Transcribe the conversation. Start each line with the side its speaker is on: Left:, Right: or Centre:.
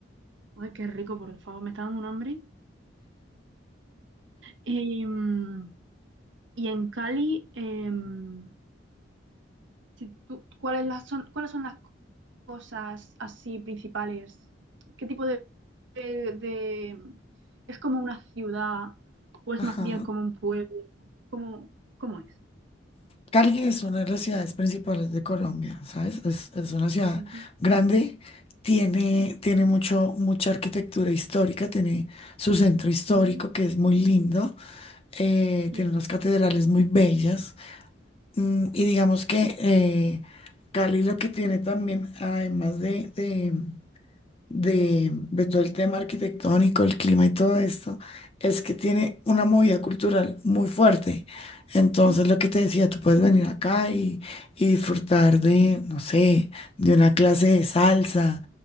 Right: Ay, qué rico, por favor. Me está dando un hambre. Y, mm, y en Cali, em, si tú- ¿cuáles las son, cuáles son las cosas así principales? ¿Qué tipo de, de- de- ¿Es como una ciudad o es
Left: Ajá.
Right: más bien como un pueblo? ¿Cómo, cómo es?
Left: Cali es una de las ciudades principales de Colombia, ¿sabes? Es, es una ciudad
Right: Ujú.
Left: grande, tiene, tiene mucho, mucha arquitectura histórica, tiene su centro histórico
Right: Mm,
Left: que es muy lindo, eh,
Right: Sí.
Left: tiene unas catedrales muy bellas mm, y digamos que eh, Cali lo que tiene también, además de, de, de, de todo el tema arquitectónico, el clima y todo esto, es que tiene una movida cultural muy fuerte. Entonces,
Right: Mm,
Left: lo que te decía, tú puedes venir acá y, y disfrutar de, no sé, de una clase de salsa,